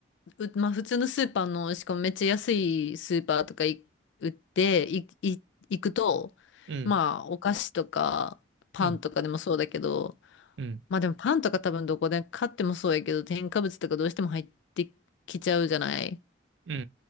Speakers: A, on the left; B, on the right.
A: う、まあ普通のスーパーの、しかもめっちゃ安いスーパーとかい売って、い、い、行くと、
B: うん。
A: まあお菓子とかパンとかでもそうだけど、
B: うん。うん。
A: まあでもパンとか多分どこで買ってもそうやけど、添加物とかどうしても入ってきちゃうじゃない。
B: うん。う